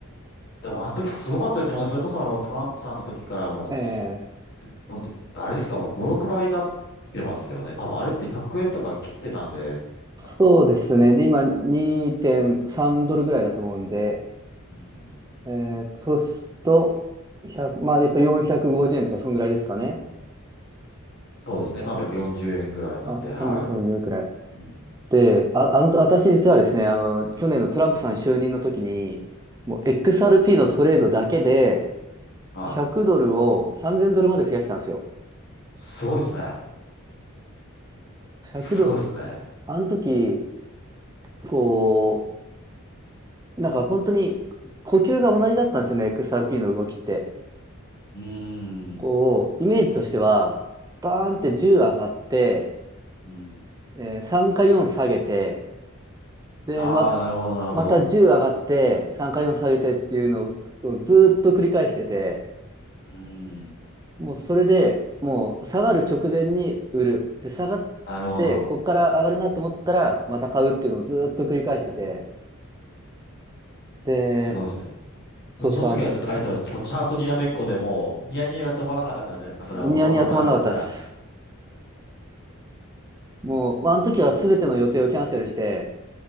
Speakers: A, on the left (about 50°); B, on the right (about 15°).
A: でもあの時すごかったですもんね。それこそあのトランプさんの時からもうす、
B: ええ
A: もうであれですか、もう5、6倍になってますよね。多分あれって100円とか切ってたんで、あ
B: そうですね。で、今2.3ドルぐらいだと思うんで、
A: うん、
B: えーと、そうすると、1まあ、やっぱ450円とか、そんぐらいですかね。
A: そうですね、340円ぐらいなんで、
B: あ、
A: は
B: 350円くごじゅうえんくらい。
A: い。うん、
B: で、あ、あの、私実はですね、あの、去年のトランプさん就任の時に、もう
A: うん、
B: XRP のトレードだけで、
A: はい。
B: 100ドルを3000ドルまで増やしたんですよ。
A: すごいですね。すごいですね。
B: 100ドル。あの時、こう、なんか本当に呼吸が同じだったんですよね、XRP の動きって。
A: うー
B: こう、
A: ん。
B: イメージとしては、バーンって10上がって、
A: うん。
B: えー3か4下げて、で、
A: ああ、
B: ま、
A: なるほど、なるほど。
B: また10上がって、3回も下げてっていうのをずーっと繰り返してて、
A: うーん。
B: もうそれでもう下がる直前に売る。で、下がって、
A: なるほど。
B: こっから上がるなと思ったら、また買うっていうのをずーっと繰り返してて、で、
A: すごいですね。
B: そうそう、
A: もうその時はずっとあれですよ。もうチャートにらめっこでもう、ニヤニヤが止まらなかったんじゃないですか。それはもうそのパターンが来たら。
B: ニヤニヤ止まんなかったです。もう、まあ、あの時は全ての予定をキャンセルして、